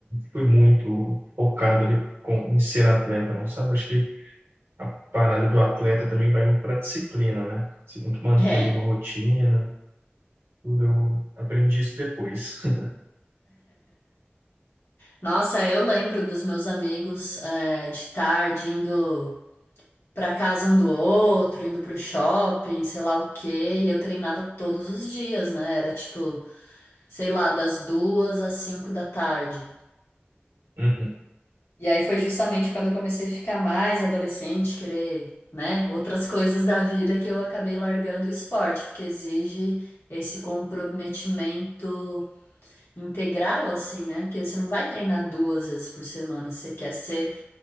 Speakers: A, on the right (about 80°); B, on the left (about 75°).
A: fui muito focado ali com, em ser atleta, não sabe? Acho que a parada do atleta também vai muito para a disciplina, né? Você tem que manter
B: É.
A: ali uma rotina, tudo. Eu aprendi isso depois. <laughs>
B: Nossa, eu lembro dos meus amigos, é, de tarde indo. pra casa um do outro, indo pro shopping, sei lá o quê, e eu treinava todos os dias, né? Era tipo, sei lá, das duas às cinco da tarde.
A: Uhum.
B: E aí foi justamente quando eu comecei a ficar mais adolescente, querer, né, outras coisas da vida que eu acabei largando o esporte, porque exige esse comprometimento integral, assim, né? Porque você não vai treinar duas vezes por semana, você quer ser